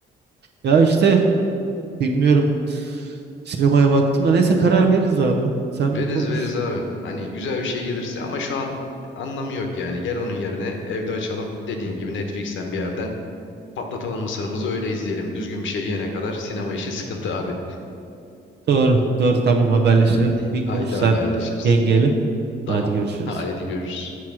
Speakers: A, on the right; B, on the left.
A: Ya işte bilmiyorum. Sinemaya baktım da neyse karar veririz abi. Sen
B: Veririz
A: bir konuş.
B: veririz abi. Hani güzel bir şey gelirse ama şu an anlamı yok yani. Gel onun yerine evde açalım. Dediğin gibi Netflix'ten bir yerden patlatalım mısırımızı öyle izleyelim. Düzgün bir şey yene kadar sinema işi sıkıntı abi.
A: Doğru, doğru. Tamam haberleşelim.
B: <laughs>
A: Bir konuş
B: Haydi haberleşiriz.
A: sen yengeyle.
B: Tamam.
A: Hadi görüşürüz.
B: Haydi görüşürüz.